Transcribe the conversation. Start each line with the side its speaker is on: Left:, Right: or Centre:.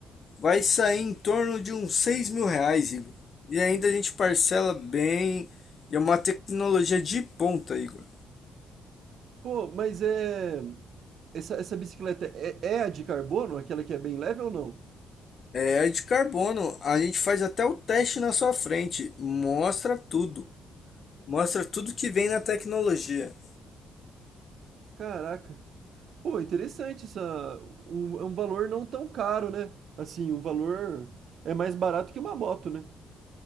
Left: Vai sair em torno de uns seis mil reais, Igor. E ainda a gente parcela bem. E é uma tecnologia de ponta, Igor.
Right: Pô, mas é. Essa, essa bicicleta é, é a de carbono? Aquela que é bem leve ou não?
Left: É a de carbono. A gente faz até o teste na sua frente. Mostra tudo. Mostra tudo que vem na tecnologia.
Right: Caraca. Pô, interessante essa. Um, é um valor não tão caro, né? Assim, um valor é mais barato que uma moto, né?